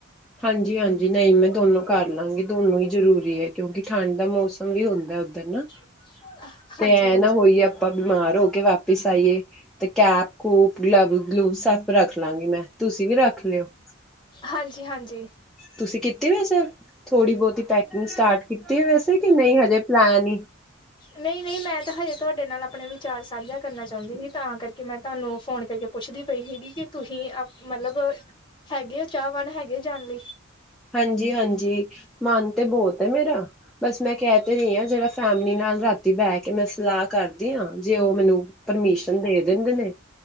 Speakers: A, in the centre; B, on the left (about 20°).
A: ਹਾਂਜੀ, ਹਾਂਜੀ ਨਹੀਂ ਮੈਂ ਦੋਨੋ ਕਰ ਲਾਂਗੀ ਦੋਨੋ ਹੀ ਜ਼ਰੂਰੀ ਐ ਕਿਉਂਕਿ ਠੰਢ ਦਾ ਮੌਸਮ- ਉਹ ਵੀ ਹੁੰਦਾ ਉੱਧਰ ਨਾ।
B: <unintelligible>
A: ਤੇ ਐਂ
B: ਹਾਂਜੀ
A: ਨਾ ਹੋਈ ਆ- ਆਪਾਂ ਬਿਮਾਰ ਹੋ ਕੇ ਵਾਪਿਸ ਆਈਏ, ਤੇ ਕੈਪ ਕੂਪ ਗਲਵ ਗਲੂਵਜ ਸਭ ਰੱਖ ਲਾਂਗੀ ਮੈਂ, ਤੁਸੀਂ ਵੀ ਰੱਖ ਲਿਓ।
B: ਹਾਂਜੀ ਹਾਂਜੀ
A: ਤੁਸੀਂ ਕੀਤੀ ਵੈਸੇ, ਥੋੜ੍ਹੀ ਬਹੁਤੀ ਪੈਕਿੰਗ ਸਟਾਰਟ ਕੀਤੀ ਵੈਸੇ, ਕਿ ਨਹੀਂ ਹਜੇ ਪਲੈਨ ਹੀ
B: ਨਹੀਂ ਨਹੀਂ, ਮੈਂ ਤਾਂ ਹਜੇ ਤੁਹਾਡੇ ਨਾਲ ਆਪਣੇ ਵਿਚਾਰ ਸਾਂਝਾ ਕਰਨਾ ਚਾਹੁੰਦੀ ਸੀ, ਤਾਂ ਕਰਕੇ ਮੈਂ ਤੁਹਾਨੂੰ ਫ਼ੋਨ ਕਰਕੇ ਪੁੱਛਦੀ ਪਈ ਸੀਗੀ, ਕਿ ਤੁਸੀਂ ਮੱਤਲਬ ਹੈਗੇ ਔ, ਚਾਹਵਾਨ ਹੈਗੇ ਜਾਣ ਲਈ।
A: ਹਾਂਜੀ ਹਾਂਜੀ, ਮਨ ਤੇ ਬਹੁਤ ਹੈ ਮੇਰਾ ਬਸ ਮੈਂ ਕਹਿ ਤੇ ਰਹੀ ਆ, ਜਿਹੜਾ ਫੈਮਲੀ ਨਾਲ ਰਾਤੀ ਬਹਿ ਕੇ ਮੈਂ ਸਲਾਹ ਕਰ ਜੀ ਹਾ, ਜੇ ਉਹ ਮੈਨੂੰ ਪਰਮੀਸ਼ਨ ਦੇ ਦਿੰਦੇ ਨੇ-